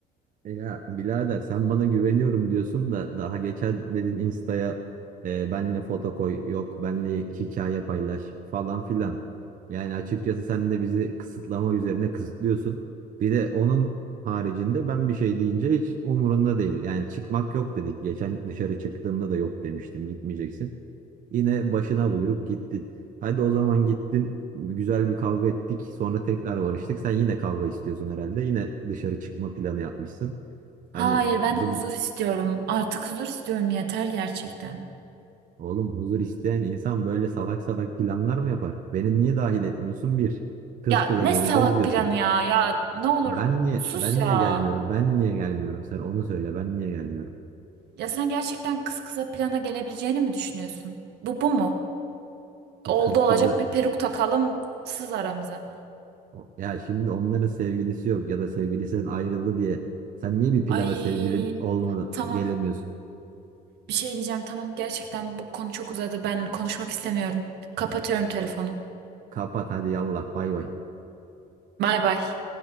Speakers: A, on the right; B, on the right.
A: E Ya birader sen bana güveniyorum diyorsun da daha geçen dedin Insta'ya e, benle foto koy yok benle hikaye paylaş falan filan. Yani açıkçası sen de bizi kısıtlama üzerine kısıtlıyorsun. Bir de onun haricinde ben bir şey deyince hiç umurunda değil. Yani çıkmak yok dedik. Geçen dışarı çıktığımda da yok demiştim gitmeyeceksin. Yine başına buyruk gittin. Hadi o zaman gittin, güzel bir kavga ettik, sonra tekrar barıştık. Sen yine kavga istiyorsun herhalde. Yine dışarı çıkma planı yapmışsın. Hani
B: Hayır
A: bu
B: ben huzur istiyorum. Artık huzur istiyorum yeter gerçekten.
A: oğlum huzur isteyen insan böyle salak salak planlar mı yapar? Beni niye dahil etmiyorsun bir? Kız
B: Ya
A: kıza
B: ne
A: gezeceğiz
B: salak
A: diyorsun.
B: planı ya. Ya ne olur
A: Ben niye
B: sus
A: ben
B: ya.
A: niye gelmiyorum? Ben niye gelmiyorum? Sen onu söyle. Ben niye gelmiyorum?
B: Ya sen gerçekten kız kıza plana gelebileceğini mi düşünüyorsun? Bu bu mu?
A: E
B: Oldu
A: kız
B: olacak
A: kızı
B: bir peruk takalım sız aramıza.
A: o- ya şimdi onların sevgilisi yok ya da sevgilisinden ayrıldı diye sen niye bir plana
B: Ay
A: sevgilin olmadan
B: tamam.
A: gelemiyorsun?
B: Bir şey diyeceğim tamam. Gerçekten bu konu çok uzadı. Ben konuşmak istemiyorum. Kapatıyorum telefonu.
A: Kapat hadi yallah bay bay.
B: Bay bay.